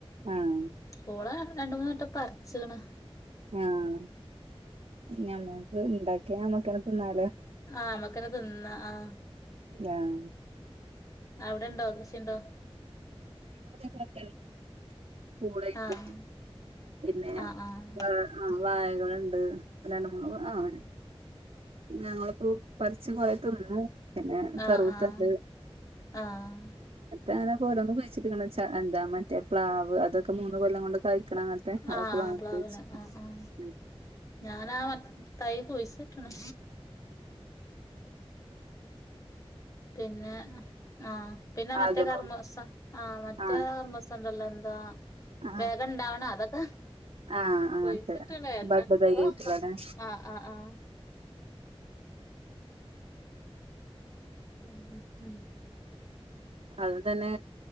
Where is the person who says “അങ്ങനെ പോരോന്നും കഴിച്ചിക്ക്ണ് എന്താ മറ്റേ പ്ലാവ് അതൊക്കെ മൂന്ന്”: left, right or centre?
Right